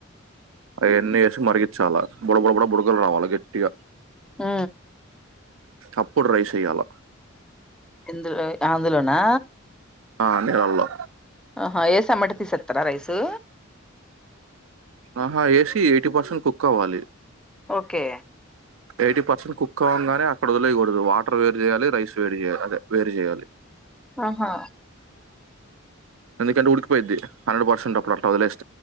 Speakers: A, on the right; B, in the centre.
A: అవన్నీ వేసి మరికి చాలా బొడ బొడ బడ బుడగలు రావాలి గట్టిగా
B: మ్
A: అప్పుడు ర్రైస్ ఏయ్యాల
B: ఇందులో అందులోనా
A: ఆ నేరాలో
B: ఆహా ఏస అమాట తీసత్తారా రైసు
A: ఆహా ఏసి ఎటీ పసెంట్ కుక్కవళి
B: ఒకే
A: ఎటీ పార్సెల్తు కు ఎక్కువంగానే అక్కడ వదిలేయకూడదు వాటర్ వేరు చేయాలి రైస్ వేరు చేయాలి అదే వేరు చేయాలి
B: అహా
A: ఎందుకంటె ఉడ్కుపోయిద్ది హండ్రడ్ పర్సెంట్ అప్పుడు అంత వదిలేసి